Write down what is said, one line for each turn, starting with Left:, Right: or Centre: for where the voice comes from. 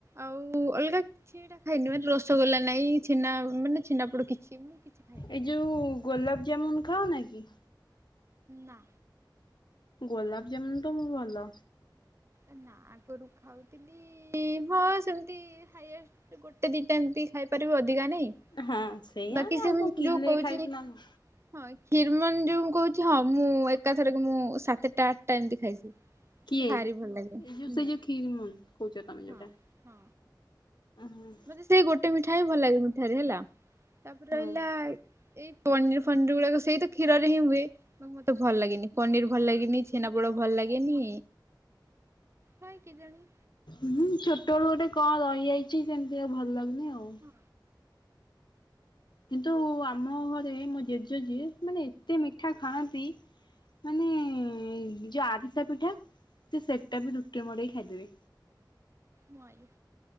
Right: ଆଉ ଅଲଗା କିଛିବିଟା ଖାଇନି ମାନେ ରସଗୋଲା ନାଇଁ, ଛେନା ମାନେ ଛେନାପୋଡ଼ କିଛି ମାନେ ମୁ କିଛି ଖାଇନି।
Left: ଏଇ ଯୋଉ ଗୋଲାପ ଜାମୁନ୍ ଖାଅନା କି?
Right: ନା
Left: ଗୋଲାପ ଜାମୁନ୍ ତ ମୁଁ ଭଲ।
Right: ଏ ନା ଆଗରୁ ଖାଉଥିଲି, ହଁ ସେମିତି ହାଇଏଷ୍ଟ ଗୋଟେ ଦିଇଟା ଏମିତି। ଖାଇପାରିବୁ ଅଧିକା ନାଇଁ,
Left: ହଁ ସେଇଆ
Right: ବାକି
Left: ନା ଆଉ
Right: ସେମିତି
Left: କଣ କିଲେ
Right: ଯୋଉ କହୁଛି
Left: ଖାଇବୁ ନା କଣ
Right: ହଁ ଷୀରମନ୍ ଯୋଉ ମୁଁ କହୁଛି ହଁ ମୁଁ ଏକାଥରକେ ମୁଁ ସାତଟା ଆଠଟା ଏମିତି ଖାଇଛି, ମତେ
Left: କିଏ
Right: ଭାରି ଭଲ ଲାଗେ
Left: ଏଇ ଯୋଉ ସେଇ
Right: ମୁଁ
Left: ଯୋଉ କ୍ଷୀରମନ୍ କହୁଛ ତମେ ଯୋଉଟା।
Right: ହଁ। ହଁ
Left: ଆଁ ହଁ।
Right: ମତେ ସେଇ ଗୋଟେ ମିଠା ହିଁ ଭଲଲାଗେ ମିଠାରେ ହେଲା, ତାପରେ
Left: ହୁଁ
Right: ରହିଲା ଏଇ ପନିର ଫନିର ଗୁଡ଼ାକ ସେଇତ କ୍ଷୀରରେ ହିଁ ହୁଏ। ତ ମତେ ଭଲ ଲାଗେନି ପନିର ଭଲ ଲାଗିନି ଛେନାପୋଡ଼ ଭଲ ଲାଗେନି। କାଇଁ କେଜାଣି?
Left: ଉଁହୁଁ ଛୋଟ ବେଳୁ ଗୋଟେ କଣ ରହିଯାଇଛି ସେମିତି ଆଉ ଭଲ ଲାଗୁନି ଆଉ।
Right: ହଁ
Left: କିନ୍ତୁ ଆମ ଘରେ ମୋ ଜେଜ ଯିଏ ସେ ମାନେ ଏତେ ମିଠା ଖାଆନ୍ତି। ମାନେ ଏଁ ଯୋଉ ଆରିସା ପିଠା ସେ ସେଟା ବି ରୁଟିରେ ମଡେଇ ଖାଇଦେବେ।
Right: ମୋ ଆଇ।